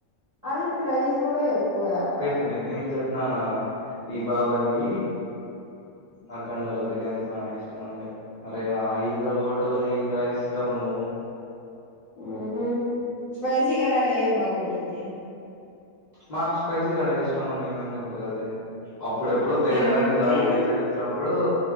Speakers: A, on the right (about 25°); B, on the left (about 45°).
A: అది ప్రైజ్ కూడా ఎక్కువే అక్కడ
B: రె నేను చెప్నా నా ఈ బాబాకి
A: హ్మ్.
B: అకండలో బిర్యానీ చనా ఇష్టమండి అరే ఆ ఈగల్ హోటల్లో ఏంద్రా ఇష్టము
A: ఉహు స్పైసీ గడా అట్లా ఏం బాగుంటుంది
B: మాక్ స్పైసీ కాడ ఇష్టంమని మేమేం చెప్పలేదే అప్పుడెప్పుడో తేజగాన్ని
A: అంటే
B: జాయిన్ చేసేకు వచ్చినప్పుడు